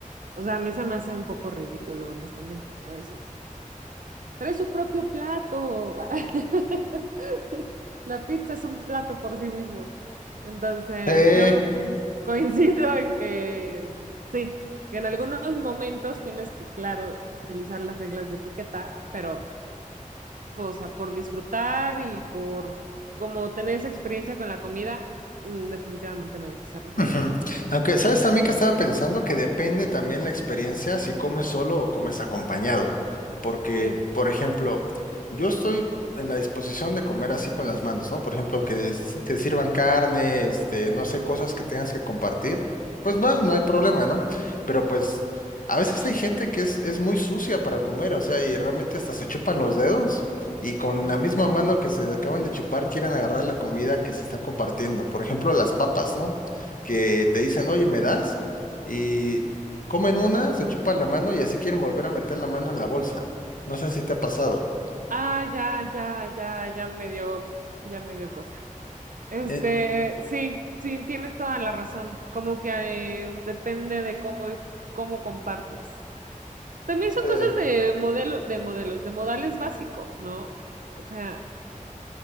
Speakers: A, on the right; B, on the left.
A: O sea, a mí se me hace un poco ridículo, honestamente, ¿no? Decir Trae su propio plato. <laughs> La pizza es un plato por sí mismo. Entonces,
B: Sí,
A: yo <laughs> uh, coincido en que sí, que en algunos momentos tienes que, claro, utilizar las reglas de etiqueta, pero, pues, o sea, por disfrutar y por como tener esa experiencia con la comida, mm, definitivamente me gusta usar las
B: Ujú.
A: manos también.
B: Aunque, ¿sabes también que estaba pensando? Que depende también la experiencia si comes solo o comes acompañado. Porque,
A: Sí.
B: por ejemplo, yo estoy en la disposición de comer así con las manos, ¿no? Por ejemplo, que des- te sirvan carne, este, no sé, cosas que tengas que compartir. Pues va, no hay problema, ¿no? Pero pues a veces hay gente que es, es muy sucia para comer, o sea, y realmente hasta se chupan los dedos y con
A: Mm.
B: la misma mano que se acaban de chupar quieren agarrar la comida que se está compartiendo. Por ejemplo, las papas, ¿no? que te dicen, oye, ¿me das? Y comen una, se chupan la mano y así quieren volver a meter la mano en la bolsa. No sé si te ha pasado.
A: Ah, ya, ya, ya, ya me dio, ya me dio cosa. Este,
B: Eh,
A: eh, sí, sí, tienes toda la razón. Como que eh, depende de cómo, cómo compartes. También son
B: eh,
A: cosas de modelo, de modelos, de modales básicos, ¿no? O sea,